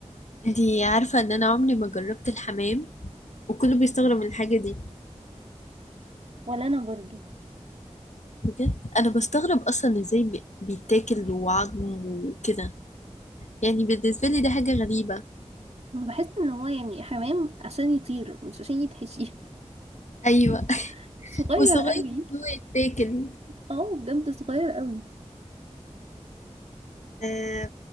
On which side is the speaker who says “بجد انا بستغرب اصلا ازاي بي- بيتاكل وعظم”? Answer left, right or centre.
Left